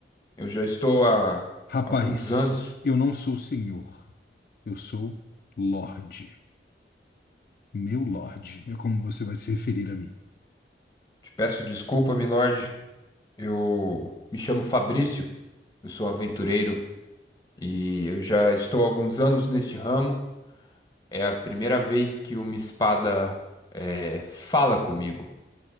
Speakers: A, on the left; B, on the left.
A: Eu já estou há
B: Rapaz,
A: alguns anos.
B: eu não sou senhor, eu sou Lorde. Meu Lorde é como você vai se referir a mim.
A: Te peço desculpa, milord. Eu me chamo Fabrício. Eu sou aventureiro e eu já estou há alguns anos neste ramo. É a primeira vez que uma espada é, fala comigo.